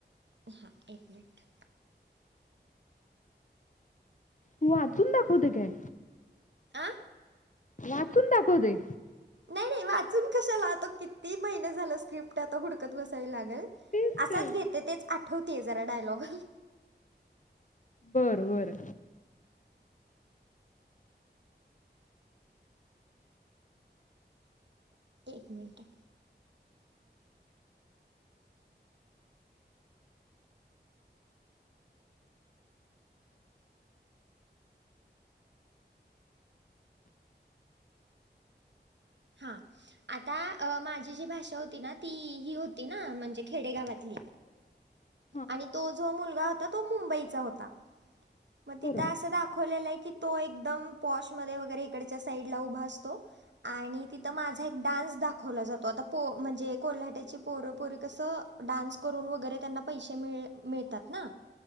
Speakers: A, on the right; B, on the left.
A: हा एक मिनिट.
B: तू वाचून दाखवते काय?
A: आं
B: वाचून दाखवते?
A: नाही नाही वाचून कशाला आता किती महिने झालं स्क्रिप्ट आता हुडकत बसावी लागल.
B: तेच
A: असाच
B: तर
A: घेते तेच आठवतेय जरा डायलॉग.
B: बर बर.
A: एक मिनट, हा आता अ माझी जी भाषा होती ना ती ही होती ना म्हणजे खेडेगावातली.
B: <inaudible>
A: आणि तो जो मुलगा होता, तो मुंबईचा होता. मग
B: बरोबर
A: तिथं असं दाखवलेलंय की, तो एकदम पॉशमध्ये वगैरे इकडच्या साईडला उभा असतो. आणि तिथं
B: हां
A: माझा एक डान्स दाखवला जातो, आता पो म्हणजे कोल्हाट्याची पोरपोरी कसं डान्स करून वगैरे त्यांना पैसे मिळ मिळतात ना.